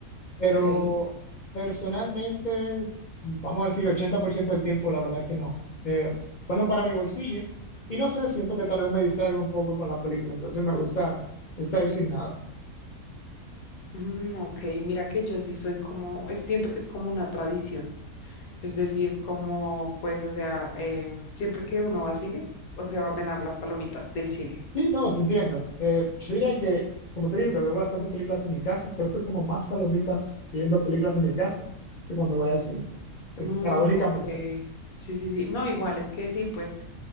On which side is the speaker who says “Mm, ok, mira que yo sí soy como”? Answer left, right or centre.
Left